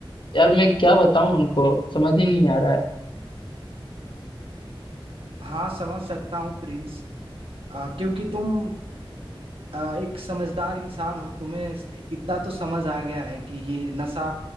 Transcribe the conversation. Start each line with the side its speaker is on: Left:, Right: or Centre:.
Left: यार मैं क्या बताऊं उनको समझ ही नहीं आ रहा है
Right: हाँ समझ सकता हूँ प्रिंस आ, क्योंकि तुम अ, एक समझदार इंसान हो तुम्हें इतना तो समझ आ गया है कि ये नशा